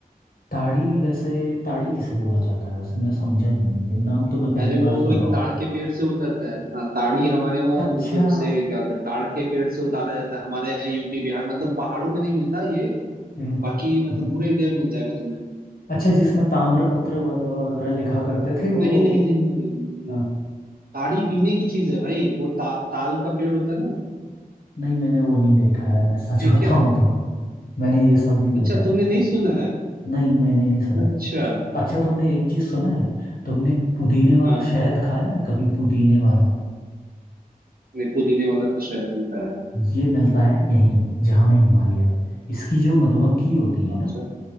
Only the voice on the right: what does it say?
अरे वो
वो एक
ताड़ के पेड़ से उतरता है हाँ ताड़ी हमारे वहाँ
मतलब उसे क्या बोलते हैं ताड़ के पेड़ से उतारा जाता है हमारे यहाँ यूपी बिहार मतलब पहाड़ों में नहीं मिलता ये
बाकी मतलब पूरे इंडिया में मिल जाएगा तुम्हें
नहीं
नहीं नहीं नहीं, नहीं।
ताड़ी पीने की चीज है भाई वो ता, ताल का पेड़ होता है ना
ठीक
है
अच्छा तुमने
नहीं सुना है
अच्छा
हाँ
नहीं पुदीने वाला शहद नहीं खाया
अच्छा